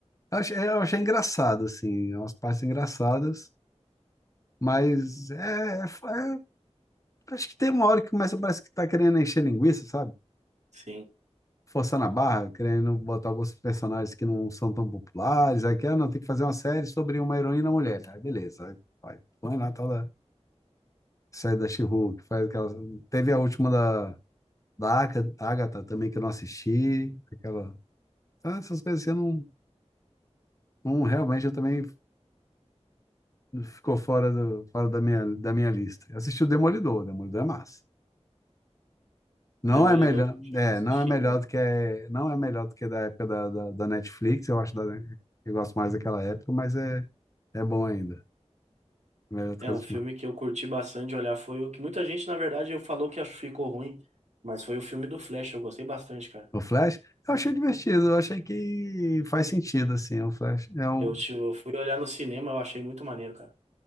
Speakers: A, on the left; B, on the right.
A: eu achei, eu achei engraçado, assim, umas partes engraçadas, mas é, é- é- acho que tem uma hora que começa, parece que tá querendo encher linguiça, sabe?
B: Sim.
A: forçando a barra, querendo botar alguns personagens que não são tão populares. Aqui, ah, não, tem que fazer uma série sobre uma heroína mulher. Aí, beleza. Aí, vai, põe lá a tal da série da She-Hulk. Faz aquela... Teve a última da, da Aga- Agatha também, que eu não assisti. Aquela... Ah, essas coisas assim, eu não, não realmente eu também ficou fora, do, fora da minha, da minha lista. Eu Assisti o Demolidor, o Demolidor é massa. Não
B: O Demolidor
A: é melhor,
B: eu não cheguei
A: é,
B: a assistir
A: não é melhor
B: ainda.
A: do que é, não é melhor do que da época da, da, da Netflix, eu acho da, eu gosto mais daquela época, mas é, é bom ainda, melhor do
B: É
A: que as
B: um
A: últimas.
B: filme que eu curti bastante de olhar. Foi o que muita gente, na verdade, eu falou que acho- ficou ruim. Mas foi o filme do Flash, eu gostei bastante, cara.
A: O Flash, eu achei divertido, eu achei que faz sentido, assim, o Flash é um,
B: Eu, tipo, eu fui olhar no cinema, eu achei muito maneiro, cara.